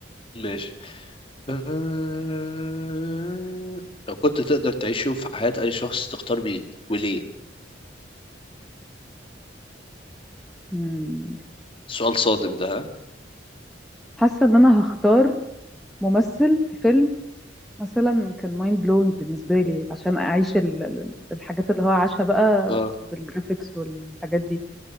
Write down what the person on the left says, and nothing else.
ماشي أه... لو كنت تقدر تعيش يوم في حياة أي شخص تختار مين وليه؟
سؤال صادم ده ها؟
اه